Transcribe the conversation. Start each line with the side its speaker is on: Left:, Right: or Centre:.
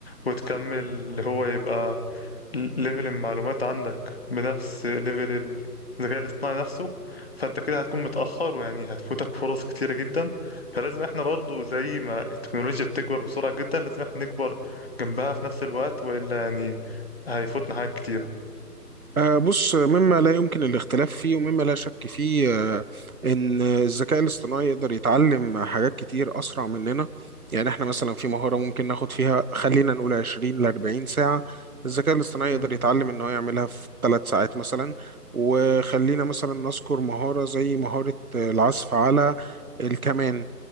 Left: وتكمل اللي هو يبقى ليفل المعلومات عندك بنفس ليفل ال- الذكاء الاصطناعي نفسه فانت كده هتكون متأخر ويعني هتفوتك فرص كتيرة جدا فلازم احنا برضو زي ما التكنولوجيا بتكبر بسرعة جدا لازم احنا نكبر جنبها في نفس الوقت وإلا يعني هيفوتنا حاجات كتيرة
Right: آه، بص مما لا يمكن الاختلاف فيه ومما لا شك فيه آه، ان الذكاء الاصطناعي يقدر يتعلم حاجات كتير اسرع مننا يعني احنا مثلا في مهارة ممكن ناخد فيها خلينا نقول 20 ل 40 ساعة الذكاء الاصطناعي
Left: مم.
Right: يقدر يتعلم ان هو يعملها في 3 ساعات مثلا وخلينا مثلا نذكر مهارة زي مهارة آه، العزف على الكمان